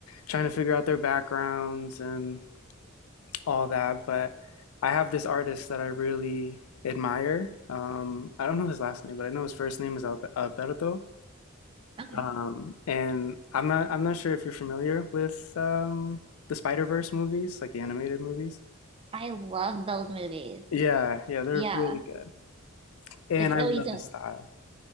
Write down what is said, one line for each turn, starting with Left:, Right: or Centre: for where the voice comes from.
Left: trying to figure out their backgrounds and all that, but I have this artist that I really admire. Um, I don't know his last name, but I know his first name is Albe- Alberto.
Right: Okay.
Left: Um, and I'm not I'm not sure if you're familiar with um, the Spider-Verse movies, like the animated movies.
Right: I love those movies.
Left: Yeah, yeah, they're
Right: Yeah.
Left: really good. And
Right: Is
Left: I
Right: oh,
Left: love
Right: he's a,
Left: his style.